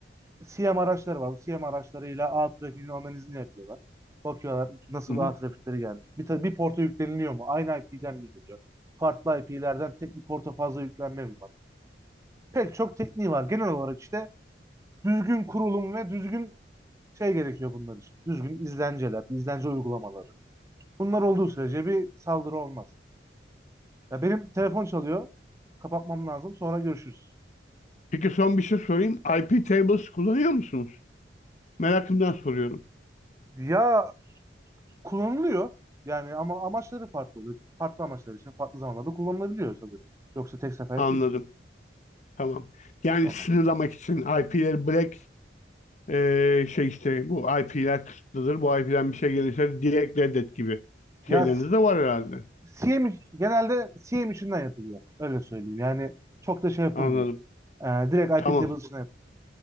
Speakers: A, on the right (about 15°); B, on the left (about 40°).
A: CM araçları var. Bu CM araçlarıyla ağ trafiğinin analizini yapıyorlar. Bakıyorlar nasıl
B: Hı hı.
A: ağ trafikleri gelmiş. Bir, ta- bir porta yükleniliyor mu? Aynı IP'den mi geliyor? Farklı IP'lerden tek bir porta fazla yüklenme mi var? Pek çok tekniği var. Genel olarak işte düzgün kurulum ve düzgün şey gerekiyor bunlar için. Düzgün izlenceler, izlence uygulamaları. Bunlar olduğu sürece bir saldırı olmaz. Ya benim telefon çalıyor. Kapatmam lazım. Sonra görüşürüz.
B: Peki son bir şey sorayım. IP tables kullanıyor musunuz? Merakımdan soruyorum.
A: Ya kullanılıyor. Yani ama amaçları farklı oluyor. Farklı amaçlar için farklı zamanlarda kullanılabiliyor tabii. Yoksa tek seferlik
B: Anladım.
A: değil.
B: Tamam. Yani
A: Tamam.
B: sınırlamak için IP'leri black eee, şey işte bu IP'ler kısıtlıdır. Bu IP'den bir şey gelirse direkt reddet gibi
A: Ya
B: şeyleriniz
A: s-
B: de var herhalde.
A: CM iç- genelde CM içinden yapılıyor. Öyle söyleyeyim. Yani çok da şey yapılmıyor.
B: Anladım.
A: Ee, direkt IP
B: Tamam.
A: table içinden yapılıyor.